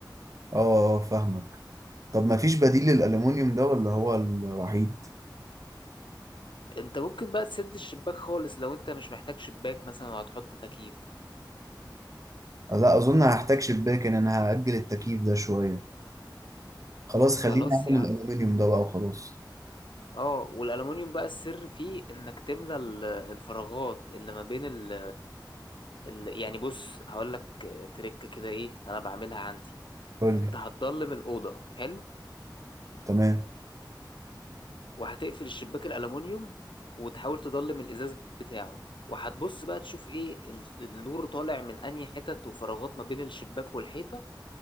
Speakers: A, on the right; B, on the left.
A: اه آه، فاهمك طب ما فيش بديل للالومنيوم ده ولا هو الوحيد
B: انت ممكن بقى تسد الشباك خالص لو انت مش محتاج شباك مثلا وهتحط تكييف
A: لا اظن هحتاج شباك ان انا هاجل التكييف ده شويه خلاص
B: خلاص
A: خليني اعمل
B: يا عم
A: الالومنيوم ده بقى وخلاص
B: اه والالومنيوم بقى السر فيه انك تملى ال- الفراغات اللي ما بين ال... ال... يعني بص هقول لك تريكه كده ايه انا بعملها عندي
A: قول
B: انت
A: لي
B: هتضلم الاوضه حلو
A: تمام
B: وهتقفل الشباك الالومنيوم وتحاول تضلم الازاز بتاعه وهتبص بقى تشوف ايه ال- النور طالع من انهي حتت وفراغات ما بين الشباك والحيطه